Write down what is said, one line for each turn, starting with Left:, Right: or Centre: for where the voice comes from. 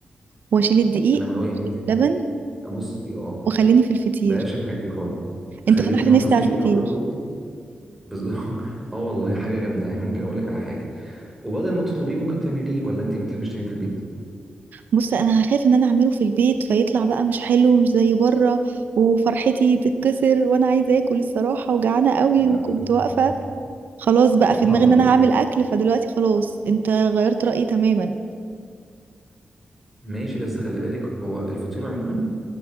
Right: واشيل الدقيق
Centre: انا من رايي
Right: واشيل
Centre: ان انت
Right: اللبن
Centre: ابصي اه
Right: وخليني في الفطير
Centre: بلاش الحاجات دي خالص خليكي
Right: انت فتحت
Centre: النهارده
Right: نفسي
Centre: فطير
Right: على الفطير
Centre: او لو انت بز... <laughs> اه والله حاجه جامده يعني ممكن اقول لك على حاجه وبدل ما تطلبيه ممكن تعمليه ولا انت ما بتحبيش تعمليه في البيت
Right: بص انا هخاف ان انا اعمله في البيت فيطلع بقى مش حلو مش زي بره وفرحتي تتكسر وانا عايزه اكل الصراحه وجعانه قوي
Centre: لا
Right: وكنت
Centre: <laughs>
Right: واقفه خلاص بقى
Centre: طب
Right: في دماغي
Centre: هقول
Right: ان انا
Centre: لك
Right: هعمل اكل فدلوقتي خلاص انت غيرت رأيي تماما
Centre: ماشي بس خلي بالك هو الفطير عموما